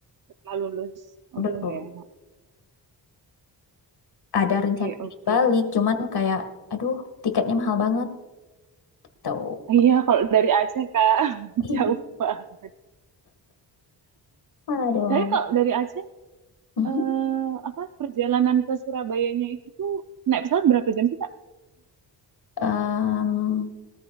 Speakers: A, on the right; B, on the left.
A: Setelah lulus.
B: belum.
A: Oh belum ya.
B: Ada
A: Oke
B: rencana
A: oke.
B: ingin balik, cuman kayak, aduh, tiketnya mahal banget. Tuh.
A: Iya kalau dari Aceh kak <laughs>
B: <laughs>
A: jauh banget.
B: Aduh.
A: Tapi kok dari Aceh
B: Mhm.
A: eh, apa perjalanan ke Surabayanya itu naik pesawat berapa jam sih Kak?
B: Em,